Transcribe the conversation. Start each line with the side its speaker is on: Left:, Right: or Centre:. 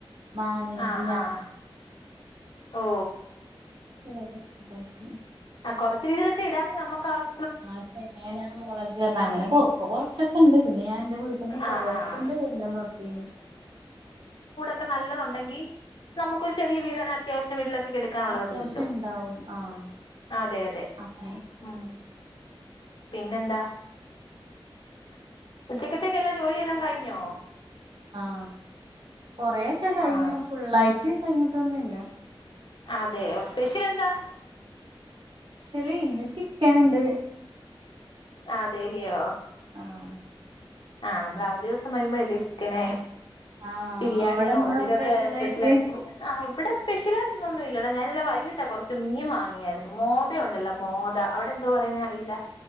Right: മാങ്ങ
Left: ആഹ്
Right: ജ
Left: ആഹ് ഓ
Right: ചിലത <inaudible> ഉ <unintelligible>
Left: കുറ രീതിയിലൊക്ക ഇടാങ്കിൽ നമക്ക് ആവ്യം
Right: ആ ചേന മുളക് അങ്ങനെ
Left: ആഹ്
Right: ഇപ്പൊറ ക്കെ ഉണ്ട് പിന്നെ ഞാൻ എൻന്റെറെ വീട്ടൊന്ന് കോവക്ക
Left: ആഹ് ആഹ്
Right: എന്റെ കൊണ്ടന്ന്ത്തീന്
Left: ഒക്കെ നല്ലതു ഉണ്ടെങ്കിൽ നമുക്കൊരു ചെറിയ വീടാണ് അത്യാവ്യമില്ല എ ടുക്കാനുള്ളതൊക്കെ
Right: അത്യാവശ്യം
Left: കിട്ടും
Right: ഇണ്ടാവും ആഹ്
Left: അതെ അതെ
Right: അങ്ങനെ
Left: ഉ പിന്നെെന്താ ഉ ഉച്ചക്ക്ത്തിക്കെല്ലാം ജോലി എല്ലാം കഴഞ്ഞോ
Right: ആഹ കൊറെ കഴിഞ്ഞു
Left: ആഹ്
Right: ഫുള്ളായിട്ട് കഴിഞ്ഞിട്ടൊന്നുമില്ല
Left: അതെ സ്പെഷ്യൽ എന്താ
Right: ഇല്ല ഇന്ന് ചിക്കൻ ഉണ്ട്
Left: ആ അതെല്ലയോ
Right: ആഹ്
Left: ആഹ് നമ്മൾ അവധി ദിവസം വരുമ്പോഴല്ലേ ചിക്കന
Right: ആഹ്
Left: ബിരിയാണിയോ
Right: അവിടെന്താ
Left: എന്തെലുമൊക്കെ
Right: സ്പെഷ്യലായിട്ട്
Left: സ്പെഷ്യൽ ആ് ആ ഇവിടെ സ്പെഷ്യൽ ആ ന്നൊന്നും ഇല്ലല്ലോ ഞാനല്ലാ വൈകീട്ടാ കുറച്ച് മീൻ വാങ്ങിയായിരുന്നു മോത ഉണ്ടല്ലോ മോദ അവിടെ എന്തോ പറയുന്നത് അറിയില്ല